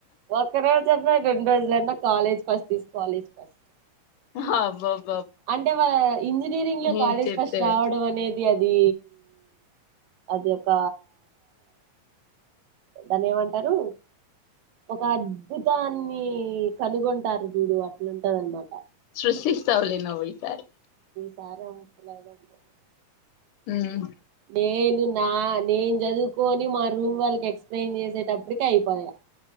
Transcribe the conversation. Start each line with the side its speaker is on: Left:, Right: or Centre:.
Right: ఒక్కరోజన్నా రెడ్రోజులన్న college first is college first
Left: హాబ్బబ్
Right: అంటే వా ఇంజనీరింగ్ లో
Left: ఏం
Right: కాలేజ్
Left: చెప్పేవి
Right: ఫస్ట్ రావడం అనేది అది అది అది ఒక దాన్ని ఏమంటారు ఒక అద్భుతాన్ని కనుగొంటారు చూడు అట్లుంటది అనమాట
Left: సృష్టిస్తావలే నవ్వి సరే
Right: సారా <unintelligible>
Left: ఉమ్
Right: నేను నా నేను చదువుకొని మా రూమ్ వాళ్ళకి ఎక్స్ప్లెయిన్ చేసేటప్పటికి అయిపోయా